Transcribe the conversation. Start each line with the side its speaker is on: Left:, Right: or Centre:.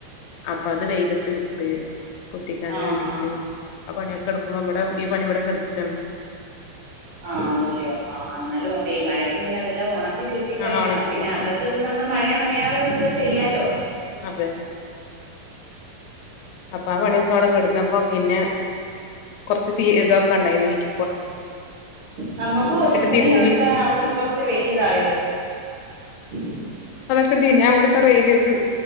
Left: അപ്പൊ അത് വെയിലത്തക്ക് ഇട്ട്. കുത്തിക്കാൻ
Right: ആഹ് ആഹ്
Left: വേണ്ടിട്ട്
Right: ആഹ്
Left: കെടുക്കുമ്പോ ഇവിടെ ഈ പണി ഇവിടെ കെടുക്കണ്
Right: ആന്നല്ലേ ആഹ് എന്നാലും അപ്പൊ ഈ മഴയ്ക്ക് മുന്നേ അതെല്ലാം ഒണ ക്കി കിട്ടി കഴിഞ്ഞ
Left: ആ ഒണക്കി
Right: പിന്നെ അകത്തത്
Left: ഉം
Right: നമ്മള് മഴ തെ നമുക്ക് അത് ചെയ്യാലോ
Left: അതെ അപ്പൊ ആ പണിയൊക്കെ അവിടൊക്കെ ഇടുന്നപ്പോ പിന്നെ കുറച്ച് സീ ഇതൊക്കെ ഉണ്ടായിരുന്നു വീർ
Right: നമ്മുക്ക് കൊറച്ച് തുണി
Left: തിരുമ്പി
Right: എണക്ക അവിടുന്ന് കൊറച്ച് വെയില ഇതായോ ഉ
Left: അതൊക്കെ തി ഞാൻ ഇവിടുത്തെ വെയിലട്ട്